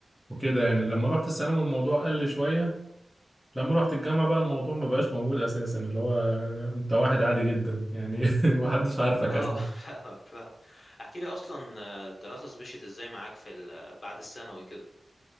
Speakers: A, in the centre; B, on the left.
A: وكده يعني لما رحت الثانوي الموضوع قل شويه لما رحت الجامعه بقى الموضوع ما بقاش موجود اساسا اللي هو انت واحد عادي جدا يعني <laughs> محدش عارفك
B: اه
A: اصلا
B: <laughs> فاهمك فاهمك احكي لي اصلا آه، الدراسة مشيت ازاي معاك في ال... بعد الثانوي كده